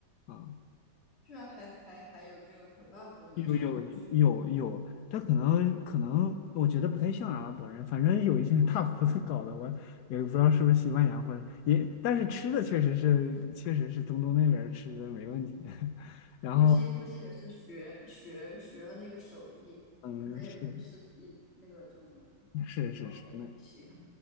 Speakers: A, on the left; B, on the left.
A: 啊。
B: 居然还还还有这个 kebab 都能传过去，
A: 有有有有，这可能可能，我觉得不太像阿拉伯人，反正有一些 <laughs> 大胡子搞的，我也不知道是不是西班牙或者也，但是吃的确实是确实是中东那边儿吃的没问题。<laughs> 然后
B: 估计估计也是学学学了那个手艺，
A: 嗯，
B: 可能也不是一那个中东人。
A: 是是是是，
B: OK，
A: 那
B: 行